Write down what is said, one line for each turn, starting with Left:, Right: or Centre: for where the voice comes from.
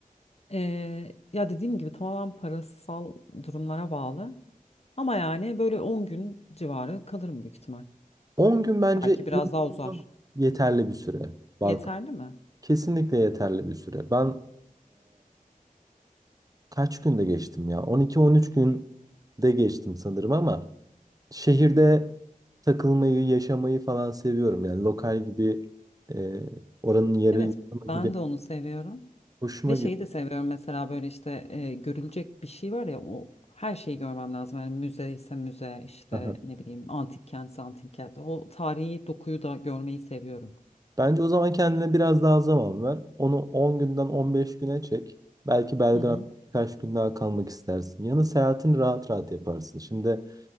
Left: E, ya dediğim gibi tamamen parasal durumlara bağlı ama yani böyle 10 gün civarı kalırım büyük ihtimal.
Right: 10 gün bence
Left: Belki biraz
Right: inanılmaz
Left: daha uzar.
Right: yeterli bir süre. Balkan.
Left: Yeterli mi?
Right: Kesinlikle yeterli bir süre. Ben kaç günde geçtim ya? 12-13 günde geçtim sanırım ama şehirde takılmayı, yaşamayı falan seviyorum. Yani lokal gibi e, oranın yerel
Left: Evet
Right: insanı
Left: ben
Right: gibi
Left: de onu seviyorum.
Right: hoşuma
Left: Ve şeyi
Right: gidiyor.
Left: de seviyorum mesela böyle işte e, görülecek bir şey var ya o her şeyi görmem lazım. Yani müze ise müze işte
Right: Aha.
Left: ne bileyim antik kentse antik kent. O tarihi dokuyu da görmeyi seviyorum.
Right: Bence o zaman kendine biraz daha zaman ver. Onu 10 günden 15 güne çek. Belki Belgrad'da
Left: Hı hı.
Right: birkaç gün daha kalmak istersin. Yanı seyahatini rahat rahat yaparsın. Şimdi